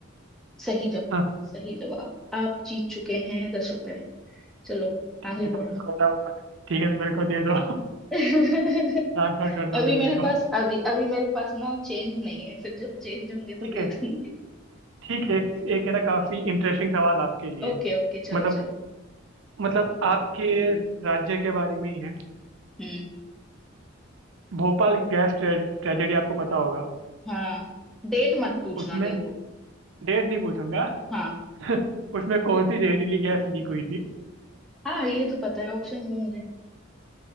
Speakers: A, in the centre; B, on the right (about 65°).
A: सही जवाब
B: हाँ,
A: सही जवाब आप जीत चुके हैं दस रुपए चलो
B: ठीक
A: आगे
B: है तो मेरे
A: बढ़ो
B: को ना ठीक है तो मेरे को दे दो
A: <laughs>
B: ट्रांसफर कर दो
A: अभी
B: फिर मेरे
A: मेरे
B: को
A: पास अभी अभी मेरे पास ना चेंज नहीं है फिर जब चेंज होंगे तो
B: ठीक
A: दे
B: है
A: देंगे
B: ठीक है एक, एक है ना काफी इंटरेस्टिंग सवाल आपके
A: <laughs>
B: लिए
A: ओके ओके चलो
B: मतलब
A: चलो
B: मतलब आपके राज्य के बारे में ही है
A: हम्म
B: भोपाल गैस ट्रेजेडी आपको पता होगा
A: हाँ डेट मत पूछना
B: उसमें
A: देखो
B: डेट नहीं पूछूंगा
A: हाँ
B: <laughs> उसमें कौन सी जहरीली गैस लीक हुई थी
A: हाँ ये तो पता है ऑप्शंस दो मुझे